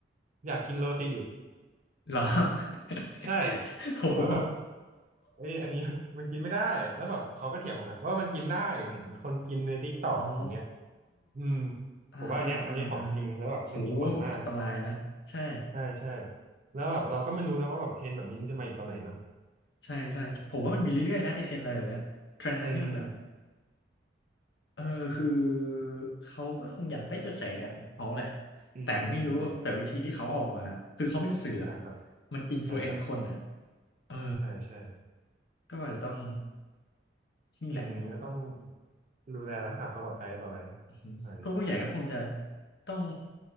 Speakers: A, on the right (about 45°); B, on the left (about 75°).
A: อยากกินโรตีดิบ
B: เหรอ <laughs>
A: ใช่
B: โอ้โห
A: ผมก็แบบเอ้ยอันนี้ <laughs> มันกินไม่ได้แล้วแบบเขาก็เถียงผมนะว่ามันกินได้เห็นคนกินในทิกตอกอย่างเงี้ย
B: อ๋อ
A: อืม
B: อ่าอ่าอ่าอ่า
A: ผมว่าอันเนี้ยอันเนี้ยของจริงแล้วแบบมันมีผลมาก
B: โหอันตรายนะใช่
A: ใช่ใช่แล้วแบบเราก็ไม่รู้นะว่าแบบเพลงแบบนี้มันจะมาอีกตอนไหนเนาะ
B: ใช่ใช่ใช่ผมว่ามันมีเรื่อยๆ นะไอเทรนด์อะไรแบบเนี้ยเทรนด์อะไรที่มันแบบ
A: อืมอืม
B: เออคือเขาก็คงอยากได้กระแสของเขาแหละ
A: อืมอืม
B: แต่ไม่รู้ว่าแต่วิธีที่เขาออกมาคือเขาเป็นสื่ออะ
A: อ่าครับ
B: มันอิม
A: อ่าครับ
B: l u e n เอน์คนอ่ะเออ
A: ใช่ใช่
B: ก็อาจจะต้องนี่แหละ
A: อืมอืมก็ต้องดูแลรักษาความปลอดภัยต่อไป
B: อืมพวกผู้ใหญ่ก็คงจะ
A: อะไรนี้
B: ต้อง